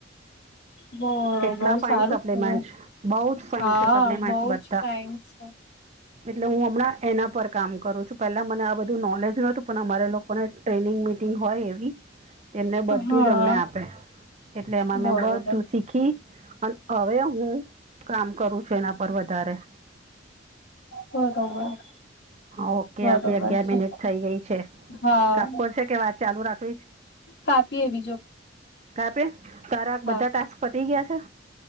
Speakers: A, on the left; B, on the right.
A: બરોબર
B: કેટલા ફાઈન
A: સારું
B: સપ્લિમેન્ટ
A: કેવાય
B: બવ જ ફાઇન
A: હા
B: છે સપ્લિમેન્ટ
A: બઉ
B: બધા.
A: જ ફાઇન છે.
B: એટલે હું હમણાં એના પર કામ કરું છું પેલા મને આ બધું નોલેજ નોતું પણ અમારે લોક <unintelligible> ટ્રેનિંગ મિટિંગ હોય એવી તેમને બધું
A: હા
B: જ અમને આપે. એટલે એમાં
A: બરોબર
B: મેં બધું શીખી અને હવે હું કામ કરું તેના પર વધારે
A: <unintelligible>
B: ઓકે આપડી
A: બરોબર
B: અગિયાર
A: છે
B: મિનિટ થઇ ગઈ છે.
A: હા
B: કાપવો છે કે વાત ચાલુ રાખવી જ?
A: કાપીએવી.
B: કા પે, તારા
A: હા
B: બધા ટાસ્ક પતી ગયા છે?